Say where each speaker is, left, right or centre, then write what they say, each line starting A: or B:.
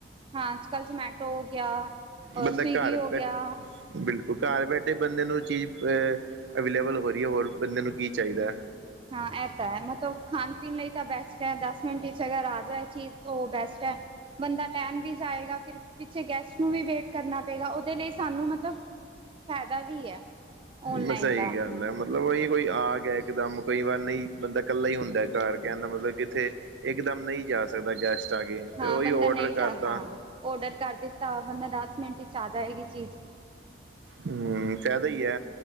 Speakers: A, on the right; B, on the right.
A: ਹਾਂ ਅੱਜ ਕੱਲ੍ਹ ਜਮੈਟੋ ਹੋ ਗਿਆ
B: ਬੰਦਾ
A: ਸਵਿਗੀ
B: ਘਰ
A: ਹੋ
B: ਬੈਠ
A: ਗਿਆ
B: ਬਿਲਕੁਲ ਘਰ ਬੈਠੇ ਬੰਦੇ ਨੂੰ ਚੀਜ਼ ਅਵੇਲੇਬਲ ਹੋ ਰਹੀ ਹੈ ਹੋਰ ਬੰਦੇ ਨੂੰ ਕੀ ਚਾਹੀਦਾ
A: ਹਾਂ ਇਹ ਤਾਂ ਹੈ ਮਤਲਬ ਖਾਣ ਪੀਣ ਲਈ ਤਾਂ ਬੈਸਟ ਹੈ ਦਸ ਮਿੰਟ ਵਿੱਚ ਅਗਰ ਆ ਜਾਏ ਚੀਜ਼ ਤਾਂ ਉਹ ਬੈਸਟ ਹੈ ਬੰਦਾ ਲੈਣ ਵੀ ਜਾਏਗਾ ਫਿਰ ਪਿੱਛੇ ਗੈਸਟ ਨੂੰ ਵੀ ਵੇਟ ਕਰਨਾ ਪਏਗਾ ਉਹਦੇ ਲਈ ਸਾਨੂੰ ਮਤਲਬ ਫਾਇਦਾ ਵੀ ਹੈ ਔਨਲਾਈਨ
B: ਮੈਂ ਸਹੀ
A: ਦਾ
B: ਗੱਲ ਹੈ ਮਤਬ ਮਤਲਬ ਉਹੀ ਕੋਈ ਆ ਗਿਆ ਇੱਕਦਮ ਕਈ ਵਾਰ ਨਹੀਂ ਬੰਦਾ ਇਕੱਲਾ ਹੀ ਹੁੰਦਾ ਘਰ ਕਹਿੰਦਾ ਮਤਲਬ ਕਿ ਇੱਥੇ ਇਕ ਦਮ ਨਹੀਂ ਜਾ ਸਕਦਾ ਗੈਸਟ ਆ ਕੇ
A: ਹਾਂ
B: ਤੇ ਉਹੀ
A: ਬੰਦਾ
B: ਔਡਰ
A: ਨਹੀਂ
B: ਕਰਤਾ
A: ਜਾ ਹਾਂ ਔਡਰ ਕਰ ਦਿੱਤਾ ਬੰਦਾ ਦਸ ਮਿੰਟ 'ਚ ਆ ਜਾਵੇਗੀ ਚੀਜ਼
B: ਹਮ ਫਾਇਦਾ ਹੀ ਹੈ